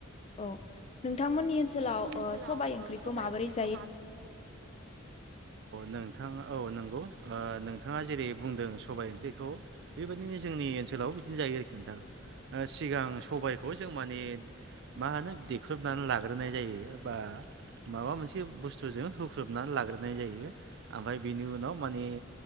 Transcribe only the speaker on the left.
औ नोंथांमोननि ओनसोलाव
ओ सबाय
ओंख्रिखौ
माबोरै
जा